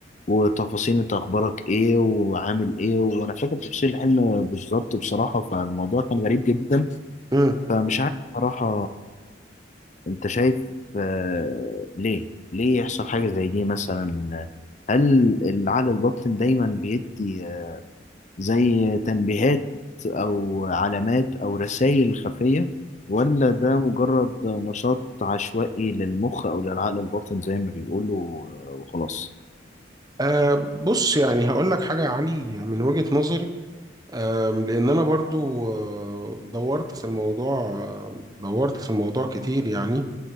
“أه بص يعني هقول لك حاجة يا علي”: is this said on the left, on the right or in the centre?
Right